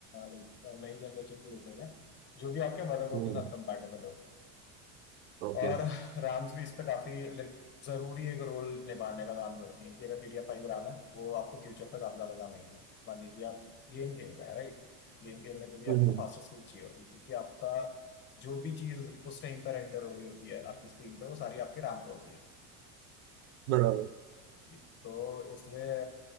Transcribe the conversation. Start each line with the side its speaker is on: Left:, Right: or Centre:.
Left: लाइक नई जनरेशन की ले सकें जो भी आपके मदरबोर्ड
Right: हम्म
Left: के साथ कंपैटिबल हो
Right: ओके
Left: और राम्स भी इस पे काफी लाइक जरूरी एक रोल निभाने का काम करती है कि अगर मीडिया फाइव राम है वो आपके फ्यूचर पे काफी ज्यादा काम आएगी मान लीजिए आप गेम खेल रहे हैं राइट गेम खेलने पे भी
Right: हम्म,
Left: आपको फास्टेस्ट स्पीड चाहिए होगी क्योंकि आपका जो भी चीज उस टाइम पर रेंडर हो रही होती है आपकी स्क्रीन पे वो सारी आपके राम पे होती है
Right: बराबर
Left: जी तो इसलिए